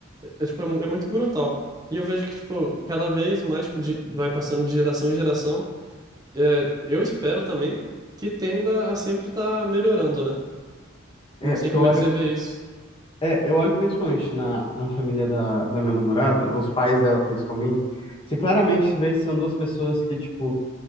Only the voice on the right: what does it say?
é, tipo, é, mu- é muito brutal. E eu vejo que, tipo, cada vez mais, tipo, de- vai passando de geração em geração, é, eu espero também que tenda a sempre estar melhorando, né? Não
sei
como
é que você vê isso.